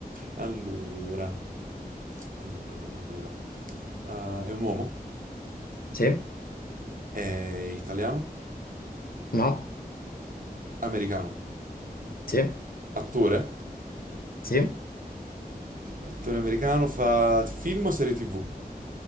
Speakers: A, on the right (about 60°); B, on the left (about 65°).
A: Allora, allora, allora, allora. Ah, è un uomo?
B: sì,
A: È italiano?
B: no,
A: Americano?
B: sì,
A: Attore?
B: sì.
A: Attore americano, fa film o serie TV?